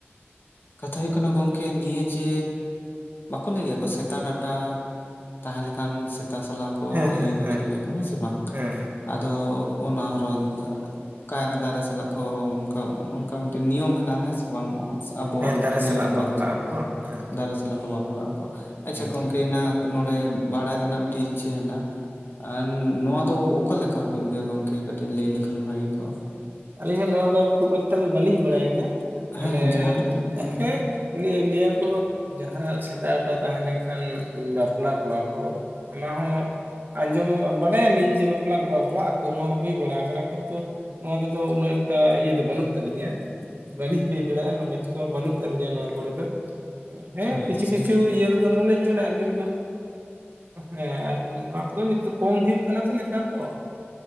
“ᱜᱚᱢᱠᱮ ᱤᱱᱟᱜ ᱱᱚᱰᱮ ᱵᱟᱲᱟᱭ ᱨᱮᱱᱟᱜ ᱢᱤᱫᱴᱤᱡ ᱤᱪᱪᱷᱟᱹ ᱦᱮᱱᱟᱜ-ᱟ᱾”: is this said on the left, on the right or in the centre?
Left